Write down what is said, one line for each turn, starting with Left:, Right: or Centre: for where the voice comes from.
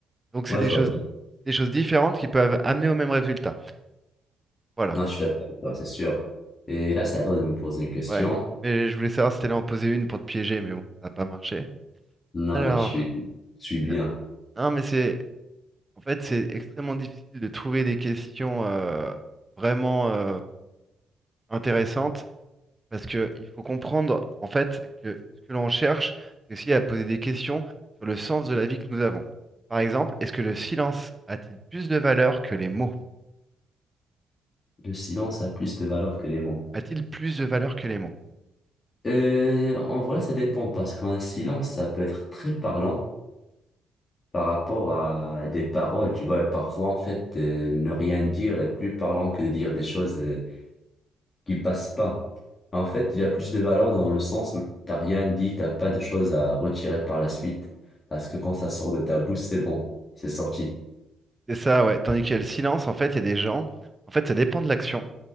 Right: Donc
Left: ouais,
Right: c'est des
Left: je vois
Right: choses,
Left: bien.
Right: des choses différentes qui peuvent amener au même résultat. Voilà.
Left: Non, je suis d'accord avec toi, c'est sûr. Et là, c'est à toi de me poser une question.
Right: Ouais, mais je voulais savoir si t'allais en poser une pour te piéger, mais bon, ça n'a pas marché.
Left: Non,
Right: Alors,
Left: non, je suis, je suis bien.
Right: euh, non, mais c'est, en fait, c'est extrêmement difficile de trouver des questions euh, vraiment euh, intéressantes parce que il faut comprendre, en fait, que ce que l'on cherche, c'est aussi à poser des questions sur le sens de la vie que nous avons. Par exemple, est-ce que le silence a-t-il plus de valeur que les mots?
Left: Le silence a plus de valeur que les mots.
Right: A-t-il plus de valeur que les mots?
Left: Euh, en vrai, ça dépend parce qu'un silence, ça peut être très parlant par rapport à des paroles, tu vois. Et parfois, en fait, euh, ne rien dire est plus parlant que de dire des choses euh, qui passent pas. En fait, il y a plus de valeur dans le sens où t'as rien dit, t'as pas de choses à retirer par la suite. Parce que quand ça sort de ta bouche, c'est bon, c'est sorti.
Right: C'est ça, ouais. Tandis qu'il y a le silence, en fait, il y a des gens, en fait, ça dépend de l'action.